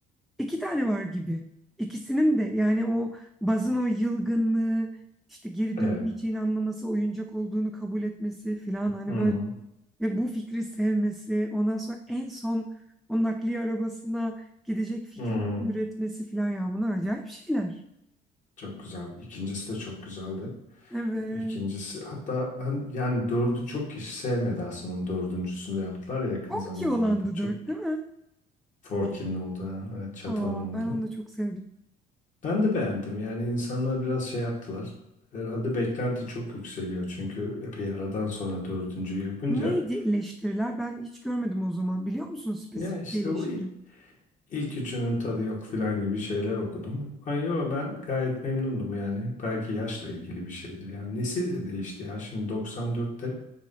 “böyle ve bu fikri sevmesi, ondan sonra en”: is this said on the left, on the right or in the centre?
Centre